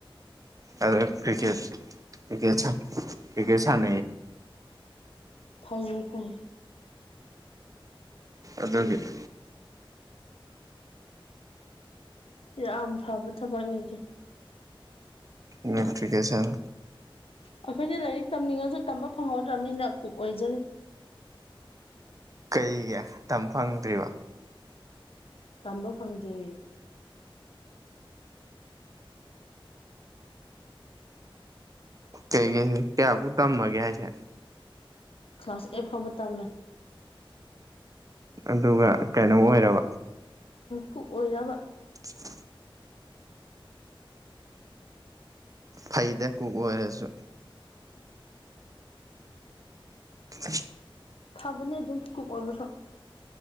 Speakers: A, on the right; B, on the left.
A: ꯑꯗꯨ ꯀ꯭ꯔꯤꯀꯦꯠꯁꯦ
B: ꯐꯩ
A: ꯏꯦ ꯌꯦ ꯁꯥꯟ
B: ꯐꯪ ꯐꯪ
A: ꯑꯗꯨꯒꯤꯅꯦ
B: ꯌꯥꯝ ꯐꯕ ꯊꯕꯛꯅꯤꯗꯤ
A: ꯅꯇ꯭ꯐꯤꯀꯦꯁꯟ
B: ꯑꯩꯈꯣꯏꯅ ꯂꯥꯏꯔꯤꯛ ꯇꯝꯅꯤꯡꯉꯁꯨ ꯇꯝꯕ ꯐꯪꯍꯧꯗ꯭ꯔꯕꯅꯤꯅ ꯀꯨꯛ ꯑꯣꯏꯖꯔꯤ
A: ꯀꯩꯒꯤ ꯃꯇꯝꯝ ꯐꯪꯗ꯭ꯔꯤꯕ
B: ꯇꯝꯕ ꯐꯖꯦ
A: ꯀꯩꯒꯤ ꯀꯌꯥꯕꯨ ꯇ ꯃꯒꯌꯥꯁꯦ
B: ꯀ꯭ꯂꯥꯁ ꯑꯩꯠ ꯐꯥꯎꯕ ꯇꯝꯃꯦ
A: ꯑꯗꯨꯒ ꯀꯩꯅꯣꯝ ꯑꯣꯏꯔꯕ
B: ꯑꯣꯏꯔꯕ
A: <unintelligible> ꯐꯩꯗ ꯀꯨꯛ ꯑꯣꯏꯔꯁꯨ ꯑ
B: ꯈꯕꯅꯦ ꯑꯗꯨꯝ ꯀꯨ ꯀ ꯑꯣꯏꯕꯁ